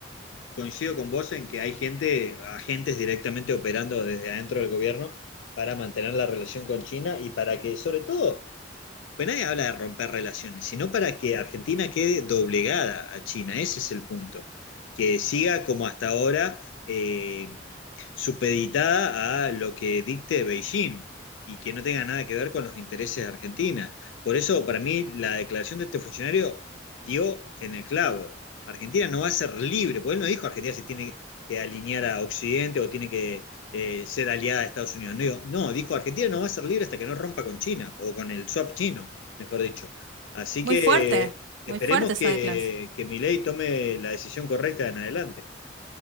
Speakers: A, on the left; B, on the right.
A: coincido con vos en que hay gente, agentes directamente operando desde adentro del gobierno para mantener la relación con China y para que, sobre todo, pues nadie habla de romper relaciones, sino para que Argentina quede doblegada a China. Ese es el punto. Que siga como hasta ahora eh, supeditada a lo que dicte Beijing y que no tenga nada que ver con los intereses de Argentina. Por eso, para mí, la declaración de este funcionario dio en el clavo. Argentina no va a ser libre, porque él no dijo Argentina se tiene que alinear a Occidente o tiene que eh, ser aliada de Estados Unidos. No, digo, no, dijo Argentina no va a ser libre hasta que no rompa con China o con el swap chino, mejor dicho. Así
B: Muy
A: que
B: fuerte,
A: esperemos
B: muy fuerte
A: que,
B: esa declaración.
A: que Milei tome la decisión correcta en adelante.